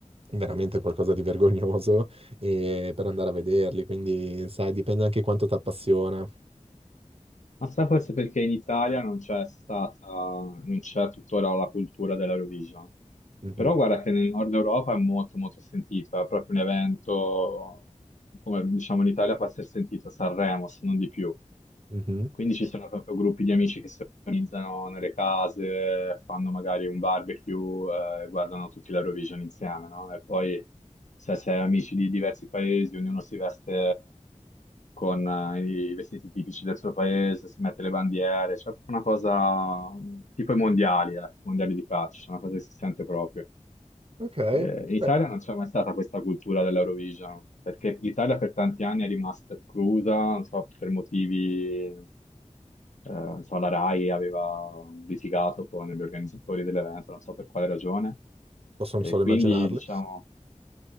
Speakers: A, on the right; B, on the left.
A: veramente qualcosa di vergognoso e- per andare a vederli. Quindi, sai, dipende anche quanto ti appassiona.
B: ma sai forse perché in Italia non c'è stata, non c'è tuttora la cultura dell'Eurovision.
A: Mhm.
B: Però guarda che nel nord Europa è molto molto sentito, è proprio un evento, come diciamo in Italia può essere sentito Sanremo, se non di più.
A: Mhm.
B: Quindi ci sono proprio gruppi di amici che si organizzano nelle case, fanno magari un barbecue, eh, guardano tutti l'Eurovision insieme, no? E poi se sei amici di diversi paesi, ognuno si veste con eh, i vestiti tipici del suo paese, si mette le bandiere, c'è una cosa mm, tipo i mondiali, eh, i mondiali di calcio, una cosa che si sente proprio.
A: Ok,
B: Eh, in Italia
A: beh,
B: non c'è mai stata questa cultura dell'Eurovision, perché l'Italia per tanti anni è rimasta esclusa, non so, per motivi, eh, non so, la RAI aveva litigato con gli organizzatori dell'evento, non so per quale ragione,
A: posso
B: e
A: solo
B: quindi,
A: immaginarle.
B: diciamo,